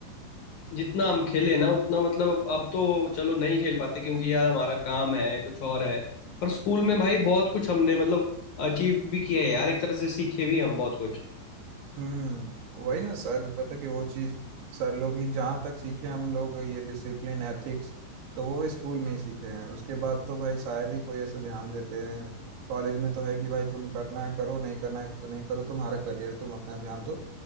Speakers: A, on the left; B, on the right.
A: अ, जितना हम खेले ना उतना मतलब अब तो चलो नहीं खेल पाते क्योंकि यार हमारा काम है कुछ और है पर स्कूल में भाई बहुत कुछ हमने मतलब अचीव भी किया है यार एक तरह से सीखे भी हम बहुत कुछ
B: हम्म वही ना सर पता कि वो चीज सर लोग ही जहाँ तक सीखे हम लोग ये डिसिप्लिन एथिक्स तो वो स्कूल में ही सीखे हैं उसके बाद तो भाई शायद ही कोई ऐसे ध्यान देते हैं कॉलेज में तो है कि भाई तुम करना है करो नहीं करना है नहीं करो तुम्हारा करियर तुम अपना ध्यान दो